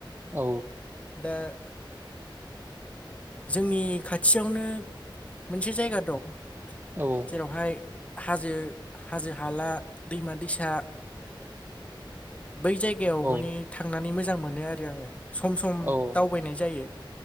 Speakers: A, on the right; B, on the left.
A: औ
B: दा जोंनि खाथियावनो मोनसे जायगा दं
A: औ
B: जेरावहाय हाजो हाजो हाला दैमा दैसा बै जायगायाव
A: औ
B: मानिे थांनानै मोजां मोनो आरो आङो सम सम
A: औ
B: दावबायनाय जायो